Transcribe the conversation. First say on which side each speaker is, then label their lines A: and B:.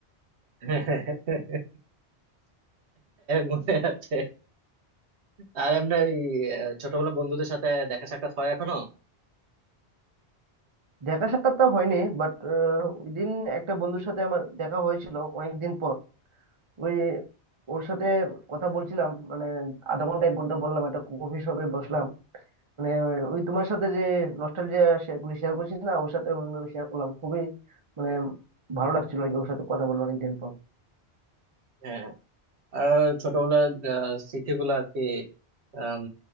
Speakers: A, on the right; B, on the right.
A: <laughs> মনে আছে আর এমনি এই, আহ, ছোটবেলা বন্ধুদের সাথে দেখা সাক্ষাৎ হয় এখনো
B: দেখা সাক্ষাৎ তো হয়নি বাট ওই দিন একটা বন্ধুর সাথে আমার দেখা হয়েছিল অনেক দিন পর ওই ওর সাথে কথা বলছিলাম মানে আধা ঘন্টা এক ঘন্টা বললাম একটা কফি শপে বসলাম মানে ওই তোমার সাথে যে নস্টালজিয়া গুলি শেয়ার করছিস না ওর সাথে শেয়ার করলাম খুবই মানে ভালো লাগছিল আর কি ওর সাথে কথা বললো অনেকদিন পর
A: হ্যাঁ আর ছোটবেলার আহ, স্মৃতিগুলো আর কি আম,